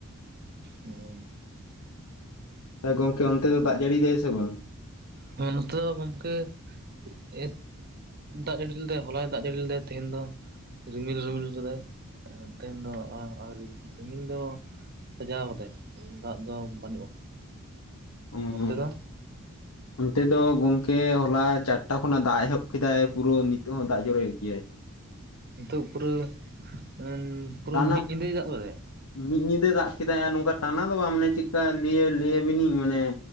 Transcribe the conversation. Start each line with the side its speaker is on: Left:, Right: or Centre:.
Right: ᱦᱩᱸ
Left: ᱛᱟᱭ ᱜᱚᱝᱠᱮ ᱚᱱᱛᱮ ᱫᱚ ᱫᱟᱜ ᱡᱟᱹᱲᱤᱭᱤᱫᱟᱭ ᱥᱮ ᱵᱟᱝ?
Right: ᱦᱚ ᱱᱚᱛᱮ ᱜᱚᱢᱠᱮ ᱮ ᱫᱟᱜ ᱡᱟᱹᱲᱤ ᱞᱮᱫᱟᱭ ᱦᱚᱞᱟᱭ ᱫᱟᱜ ᱡᱟᱹᱲᱤ ᱞᱮᱫᱟᱭ ᱛᱮᱦᱮᱧ ᱫᱚ ᱨᱤᱢᱤᱞ ᱨᱤᱢᱤᱞ ᱠᱟᱫᱟᱭ ᱮ ᱛᱮᱦᱮᱧ ᱫᱚ ᱟᱣ ᱟᱣᱨᱤ ᱨᱤᱢᱤᱞ ᱫᱚ ᱥᱟᱡᱟᱣ ᱟᱠᱟᱫᱟᱭ ᱫᱟᱜ ᱫᱚ ᱵᱟᱹᱱᱩᱜᱼᱟ᱾
Left: ᱩᱸ᱾
Right: ᱚᱱᱛᱮ ᱫᱚ
Left: ᱚᱱᱛᱮ ᱫᱚ ᱜᱚᱢᱠᱮ ᱦᱚᱞᱟ ᱪᱟᱴᱴᱟ ᱠᱷᱚᱱᱟᱜ ᱫᱟᱜ-ᱮ ᱮᱦᱚᱵ ᱠᱮᱫᱟᱭ ᱯᱩᱨᱟᱹ ᱱᱤᱛᱳᱜ ᱦᱚᱸ ᱫᱟᱜ ᱡᱚᱨᱚᱭᱮᱫ ᱜᱮᱭᱟᱭ᱾
Right: ᱱᱤᱛᱚᱜ ᱯᱩᱨᱟᱹ ᱟᱸᱱ ᱯᱩᱨᱟᱹ
Left: ᱛᱟᱱᱟᱜ
Right: ᱢᱤᱫ ᱧᱤᱫᱟᱹᱭ ᱫᱟᱜ ᱠᱟᱫᱟᱭ?
Left: ᱢᱤᱫ ᱧᱤᱫᱟᱹ ᱫᱟᱜ ᱠᱮᱫᱟᱭ ᱟᱨ ᱱᱚᱝᱠᱟ ᱴᱟᱱᱟ ᱫᱚ ᱵᱟᱝ ᱢᱟᱱᱮ ᱪᱮᱫᱠᱟ ᱞᱟᱹᱭᱟ ᱞᱟᱹᱭᱟᱹᱵᱤᱱᱟ. ᱧ ᱢᱟᱱᱮ